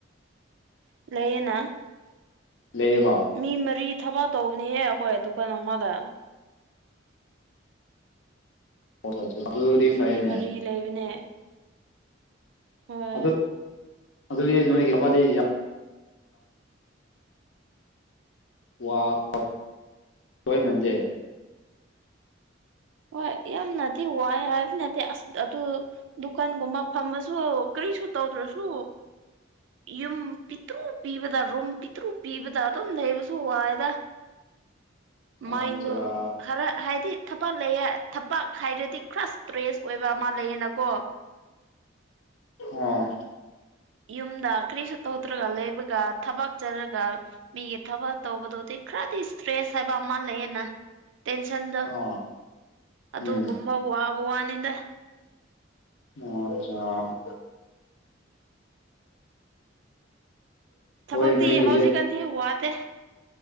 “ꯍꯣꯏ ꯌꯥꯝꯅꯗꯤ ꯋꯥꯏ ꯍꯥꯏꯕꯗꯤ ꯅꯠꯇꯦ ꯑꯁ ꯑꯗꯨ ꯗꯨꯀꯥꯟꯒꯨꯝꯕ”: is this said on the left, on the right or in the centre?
Right